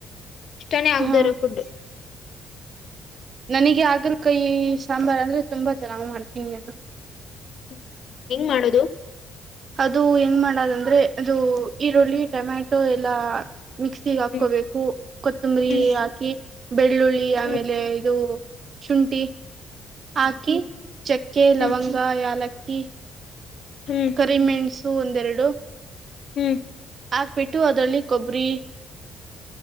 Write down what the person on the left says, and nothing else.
ಇಷ್ಟಾನೇ ಆಗ್ದೇ
ಇರೋ ಫುಡ್
ಹ್ಮ್ ಹ್ಮ್ ಹೆಂಗ್ ಮಾಡೋದು
ಹ್ಮ್
ಹ್ಮ್
ಹ್ಮ್
ಹ್ಮ್
ಹ್ಮ್
ಹ್ಮ್